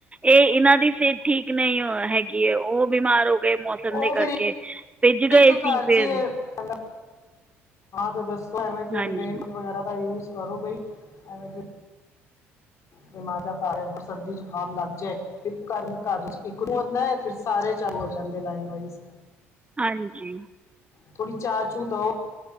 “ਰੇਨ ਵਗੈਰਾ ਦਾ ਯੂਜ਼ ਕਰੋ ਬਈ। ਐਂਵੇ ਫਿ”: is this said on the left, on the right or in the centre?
Left